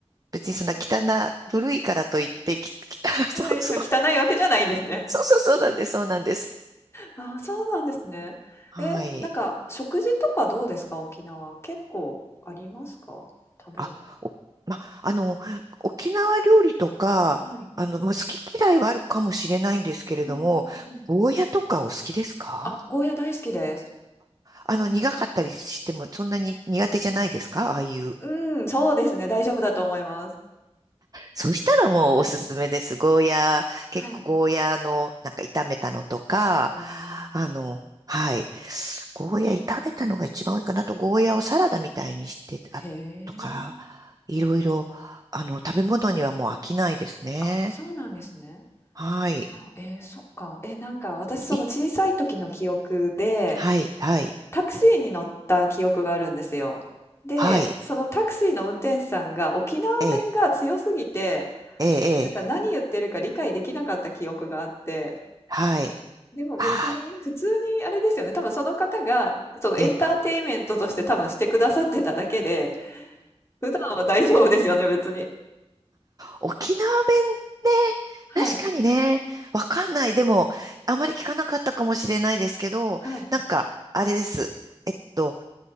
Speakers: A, on the right; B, on the left.
A: 別にそんな汚な、古いからといって、き、き <laughs>
B: はい、
A: そうそう、
B: 汚いわけじゃないんですね。
A: そうそう、そうなんです、そうなんです。
B: ああ、そうなんですね。
A: はい。
B: え、なんか食事とかどうですか？沖縄。結構ありますか？食べるとこ。
A: あ、お、ま、あの、沖縄料理とか、
B: はい。
A: あの、ま、好き嫌いはあるかもしれないんですけれども、
B: うんうんうん。
A: ゴーヤとかお好きですか
B: あ、ゴーヤ大好きです。
A: あの、苦かったりしても、そんなに苦手じゃないですかああいう
B: うん、そうですね、大丈夫だと思います。
A: そしたらもうおすすめです。
B: はい。
A: ゴーヤー、結構ゴーヤーのなんか炒めたのとか、
B: はい。へえ。
A: あの、はい。ゴーヤー炒めたのが一番多いかなと、ゴーヤーをサラダみたいにして、あ、
B: へ
A: とか、
B: え。
A: いろいろ、あの、食べ物にはもう飽きないですね。
B: あ、そうなんですね。
A: はい。
B: あ、えーそっか。え、なんか私その小さい時の記憶で、
A: い、はい、はい、
B: タクシーに乗った記憶があるんですよ。で、
A: はい、
B: そのタクシーの運転手さんが沖縄弁が強すぎて、
A: ええ、ええ、
B: なんか何言ってるか理解できなかった記憶があって、
A: ええはい。
B: でも別に普通にあれですよね、
A: ああ、
B: 多分その方がそのエンターテインメントとして多分してくださってただけで、
A: ええ
B: 普段は大丈夫ですよね、別に。
A: 沖縄弁ね、
B: はい、
A: 確かにね、わかんない。でも、あまり聞かなかったかもしれないですけど、
B: はい、
A: なんか、あれです。えっと、